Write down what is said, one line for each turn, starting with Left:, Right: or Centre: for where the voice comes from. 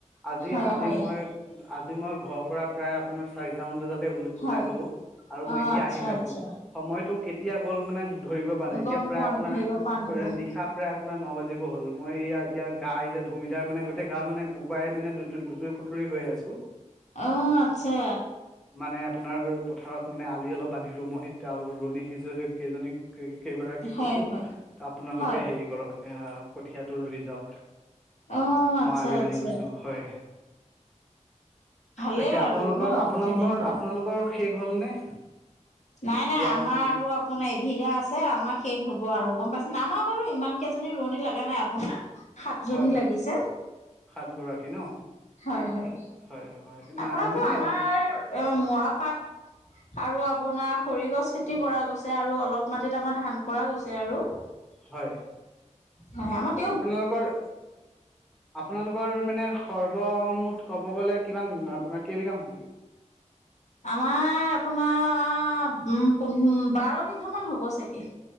Centre: আজি
Left: হয়
Centre: আজি
Left: হয়
Centre: মই আজি মই ঘৰৰ পৰা প্ৰায় - আপোনাৰ চাৰিট মান বজাতে ও
Left: হয়
Centre: ওলাই গলো আৰু মই
Left: অ
Centre: এতিয়া
Left: আচ্ছা
Centre: আহি পাইছো।
Left: আচ্ছা
Centre: সময়টো কেতিয়া গ'ল মানে ধৰিব পৰা নাই এতিয়া
Left: গম
Centre: প্ৰায়
Left: পোৱা
Centre: আপোনাৰ
Left: ধৰিব পৰা
Centre: -
Left: নাযায়
Centre: নিশা প্ৰায় আপোনাৰ ন বাজিব হ'ল, মই এইয়া এতিয়া গা এতিয়া ধুম এতিয়া মানে গোটেই গা মানে বুকুৱাই মানে লু - লুতুৰি পুটুৰি হৈ আছো।
Left: অ আচ্ছা
Centre: মানে আপোনাৰ পথাৰত মানে আলি অলপ বান্ধিলো মই, এতিয়া আও ৰুৱনি সেইজনীক কেইজনীক - কেই কেইগৰা - কৈছো
Left: হয় হয়
Centre: আপোনালোকে
Left: হয়
Centre: হেৰি কৰক কঠিয়াটো ৰুই যাওক।
Left: অ আচ্ছা
Centre: মই আলি
Left: আচ্ছা
Centre: বান্ধি গৈছো হয়।
Left: ভালেই
Centre: তাকে আপোনালোকৰ
Left: আৰু ন
Centre: আপোনালোকৰ
Left: তেনেহলে
Centre: আপোনালোকৰ শেষ হ'ল নে?
Left: নাই নাই
Centre: ৰোৱাটো
Left: আমাৰ আৰু - আপোনাৰ এবিঘা আছে আমাৰ শেষ হ'ব আৰু গম পাইছা নাই। আমাৰ বাৰু ইমান কেইজনী ৰোৱনী লগা নাই আপোনাৰ - সাতজনী
Centre: হয়
Left: লাগিছে।
Centre: সাত গৰাকী ন?
Left: হয় হয়।
Centre: হয় হয়
Left: আপোনাৰতো
Centre: নাই মানে
Left: আমাৰ এ মৰাপাট - আৰু আপোনাৰ হৰি গছ খেতি কৰা গৈছে আৰু অলপ মাটিত আমাৰ ধান কৰা গৈছে আৰু।
Centre: হয়
Left: হয় আমাত
Centre: আপোনালোকৰ আপোনালোকৰ মানে সৰ্বমুঠ কব- ক'ব গ'লে কিমান আপোনাৰ কেইবিঘা মাটি?
Left: আমাৰ আপোনাৰ উম পোন বাৰ বিঘা মান হ'ব চাগে